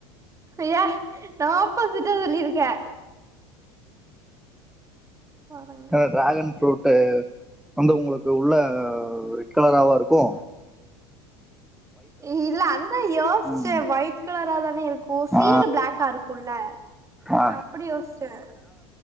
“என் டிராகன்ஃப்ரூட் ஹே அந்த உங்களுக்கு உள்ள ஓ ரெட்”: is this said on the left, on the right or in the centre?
Centre